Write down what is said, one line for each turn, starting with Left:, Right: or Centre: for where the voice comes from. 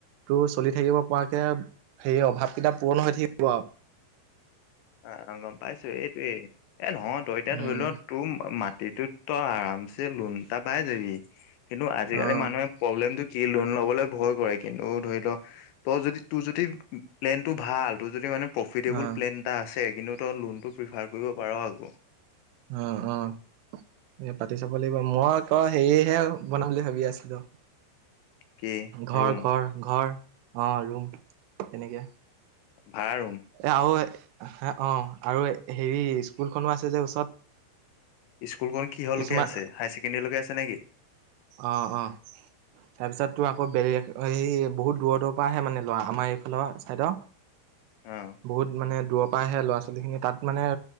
Right: তোৰ চলি থাকিব পৰাকে সেই অভাৱ কেইটা পূৰণ হৈ থাকিব আৰু।
Left: অ', অ', গম পাইছো এইটোয়েই। এ নহয় তই এতিয়া
Right: উম
Left: ধৰি ল তোৰ মাটিটোত তই আৰামছে লোন এটা পাই যাবি। কিন্তু আজিকালি
Right: অ'
Left: মানুহে প্ৰব্লেমটো কি লোন ল'বলৈ ভয় কৰে। কিন্তু ধৰি লওঁক তই যদি তোৰ যদি প্লেনটো ভাল তোৰ যদি মানে প্ৰফিটেবল
Right: অ'
Left: প্লেন এটা আছে কিন্তু তই লোনটো প্ৰিফাৰ কৰিব পাৰ আকৌ।
Right: অ', অ'। এ পাতি চাব লাগিব। মই আকৌ হেৰিহে বনাম বুলি ভাবি আছিলো।
Left: কি
Right: ঘৰ,
Left: ৰুম
Right: ঘৰ, ঘৰ, অ ', ৰুম তেনেকে।
Left: ভাড়া ৰুম?
Right: আৰু হ, অ', আৰু হেৰি, স্কুলখনো আছে যে ওচৰত।
Left: স্কুলখন কিহৰলৈকে
Right: কিছুমান
Left: আছে, হাইচেকেণ্ডেৰীলৈকে আছে নেকি?
Right: অ, অ'। তাৰপিছত তোৰ আকৌ বে হেৰি, বহুত দূৰৰ দুৰৰ পৰা আহে মানে ল'ৰা, আমাৰ এইফালৰ ছাইডৰ।
Left: অ'।
Right: বহুত মানে দূৰৰ পৰা আহে ল'ৰা ছোৱালী খিনি, তাত মানে